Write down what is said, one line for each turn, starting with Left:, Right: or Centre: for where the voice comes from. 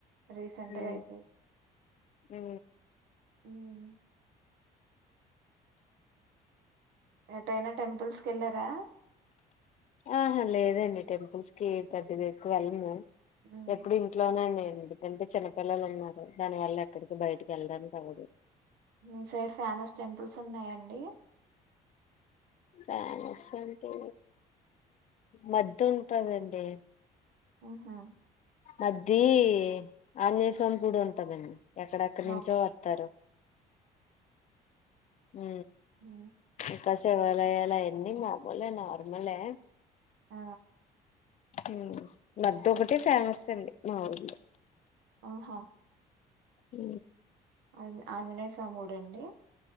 Right: రీసెంట్గా
Left: ఉ
Right: అయితే
Left: ఉ
Right: మ్మ్. ఎటైనా టెంపుల్స్ కి వెళ్ళారా
Left: ఆహా లేదండి టెంపుల్స్ కి పెద్ద ఎక్కువ వెళ్ళను
Right: మ్మ్.
Left: ఎప్పుడి ఇంట్లోనేండి ఎందుకంటే చిన్నపిల్లలు ఉన్నారు దాని వల్ల ఎక్కడికి బయటికి వెళ్లడానికి అవ్వదు
Right: మీ సైడ్ ఫేమస్ టెంపుల్స్ ఉన్నాయండి
Left: ఫేమస్ అంటే మద్ది ఉంటదండి
Right: ఉహు
Left: అద్ది ఆంజనేయ స్వామి కూడా ఉంటాడండి ఎక్కడక్కడి నుంచో
Right: ఓ,
Left: వత్తారు ఉ
Right: ఉ
Left: ఇక శివాలయాల అయన్ని మాములే నార్మలే
Right: ఆ
Left: ఉ మద్ది ఒకటి ఫేమస్ అండి మా ఊర్లో
Right: ఆహా
Left: ఉ
Right: ఆ ఆంజనేయస్వామి గుడండి